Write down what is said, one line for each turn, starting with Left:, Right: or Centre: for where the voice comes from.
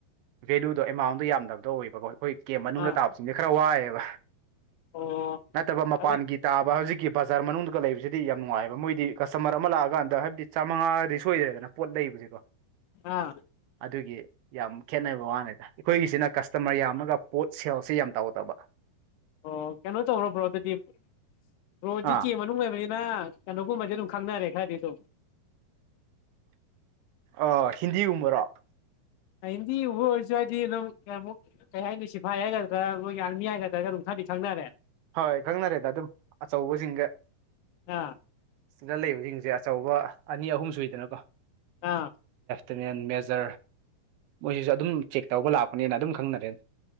Right: ꯚꯦꯂꯨꯗꯣ ꯑꯦꯃꯥꯎꯟꯗꯣ ꯌꯥꯝꯗꯕꯗꯣ ꯑꯣꯏꯕꯀꯣ ꯑꯩꯈꯣꯏ ꯀꯦꯝ ꯃꯅꯨꯡꯗ
Left: ꯑꯥ
Right: ꯇꯥꯕꯁꯤꯡꯖ‌ꯦ ꯈꯔ ꯋꯥꯏꯑꯦꯕ
Left: ꯑꯣ
Right: ꯅꯠꯇꯕ ꯃꯄꯥꯟꯒꯤ
Left: ꯑꯗꯨ
Right: ꯇꯥꯕ ꯍꯧꯖꯤꯛꯀꯤ ꯕꯖꯥꯔ ꯃꯅꯨꯡꯗꯒ ꯂꯩꯕꯖꯤꯗꯤ ꯌꯥꯝ ꯅꯨꯡꯉꯥꯏꯑ‌ꯦꯕ ꯃꯣꯏꯗꯤ ꯀꯁꯇꯃꯔ ꯑꯃ ꯂꯥꯛꯑꯒꯀꯥꯟꯗ ꯍꯥꯏꯕꯗꯤ ꯆꯥꯃꯉꯥꫪꯗꯤ ꯁꯣꯏꯗ꯭ꯔꯦꯗꯅ ꯄꯣꯠ ꯂꯩꯕꯖ‌ꯦꯀꯣ
Left: ꯑꯥ
Right: ꯑꯗꯨꯒꯤ ꯌꯥꯝ ꯈꯦꯠꯅꯕ ꯋꯥꯅꯤꯗ ꯑꯩꯈꯣꯏꯒꯤꯁꯤꯅ ꯀꯁꯇꯃꯔ ꯌꯥꯝꯃꯒ ꯄꯣꯠ ꯁꯦꯜꯁꯦ ꯌꯥꯝ ꯇꯥꯎꯗꯕ
Left: ꯑꯣ ꯀꯩꯅꯣ ꯇꯧꯕ꯭ꯔꯣ ꯕ꯭ꯔꯣꯗꯨꯗꯤ ꯕ꯭ꯔꯣꯗꯤ
Right: ꯑꯥ
Left: ꯀ‌ꯦꯝ ꯃꯅꯨꯡ ꯂꯩꯕꯅꯤꯅ ꯅ ꯀꯩꯅꫭ ꯒꯨꯝꯕꯗꯤ ꯑꯗꯨꯝ ꯈꯪꯅꫪꯩ ꯈꯔꯥꯗꯤ ꯑꯗꯨꯝ
Right: ꯑ ꯍꯤꯟꯗꯤꯒꯨꯝꯕꯔꫭ
Left: ꯑꯥ ꯍꯤꯟꯗꯤ ꯒꯨꯝꯕ ꯑꯣꯏꯔꯖꯨ ꯍꯥꯏꯗꯤ ꯑꯗꯨꯝ ꯀꯩꯌꯥꯃꯨꯛ ꯀꯩ ꯍꯥꯏꯅꯤ ꯁꯤꯐꯥꯏ ꯍꯥꯏꯒꯗ꯭ꯔꯥ ꯃꯣꯏꯒꯤ ꯑꯔꯃꯤ ꯍꯥꯏꯒꯗ꯭ꯔꯥ ꯑꯗꯨꯝ ꯊ ꯈꯔꯗꯤ ꯈꯪꯅꯔꯦ
Right: ꯍꯣꯏ ꯈꯪꯅꯔꯦꯗ ꯑꯗꯨꯝ ꯑꯆꯧꯕꯖꯤꯡꯒ
Left: ꯑꯥ
Right: ꯁꯤꯗ ꯂꯩꯕꯖꯤꯡꯖ‌ꯦ ꯑꯆꯧꯕ ꯑꯅꯤ ꯑꯍꯨꯝ ꯁꯨꯏꯗꯅꯀꯣ
Left: ꯑꯥ
Right: ꯇꯅ‌ꯦꯟ ꯃꯦꯖꯔ ꯃꯣꯏꯖꯤꯖꯨ ꯑꯗꯨꯝ ꯆꯦꯛ ꯇꯧꯕ ꯂꯥꯛꯄꯅꯦꯅ ꯑꯗꯨꯝ ꯈꯪꯅꯔꯦ